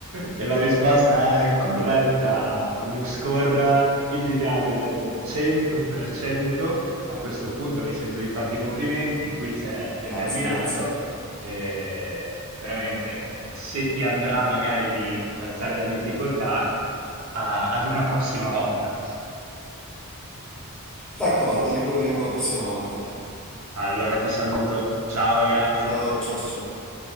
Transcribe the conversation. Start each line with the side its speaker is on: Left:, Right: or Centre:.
Right: E la risposta è corretta, uno score invidiabile del 100%. A questo punto mi sento di farti i complimenti, il quiz è,
Centre: Grazie,
Right: è terminato.
Centre: grazie.
Right: E veramente, eh, se ti andrà magari di alzare la difficoltà, a- ad una prossima volta.
Centre: D'accordo, riproveremo la prossima volta.
Right: Allora ti saluto, ciao e grazie.
Centre: Ciao, ciao, ciao, ciao.